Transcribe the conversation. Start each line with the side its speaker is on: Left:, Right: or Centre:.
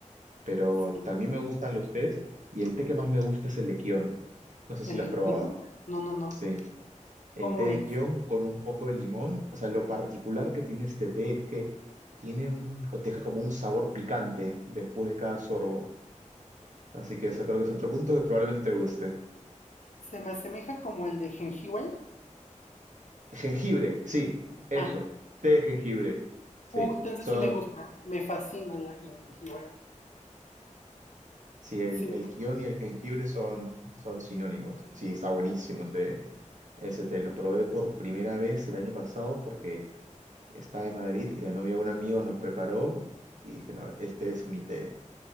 Right: Pero
Left: Sí.
Right: también me gustan los tés y el té que más me gusta es el de Kion. No sé si
Left: ¿El
Right: lo
Left: de
Right: has probado.
Left: quién? No, no, no.
Right: Sí. El
Left: ¿Cómo
Right: té de
Left: es?
Right: Kion con un poco de limón. O sea, lo particular que tiene este té es que tiene un, te deja como un sabor picante después de cada sorbo. Así que eso creo que es otro punto que probablemente te guste.
Left: Se me asemeja como el de jengibre.
Right: Jengibre, sí, eso.
Left: Ah,
Right: Té de jengibre. Sí,
Left: Uh, entonces
Right: son,
Left: sí me gusta, me fascina la jengibre.
Right: sí, el,
Left: Sí,
Right: el kion y el jengibre son, son sinónimos. Sí, está buenísimo ese, ese té. Lo probé por primera vez el año pasado porque estaba en Madrid y la novia de un amigo nos preparó y dije, no, este es mi té.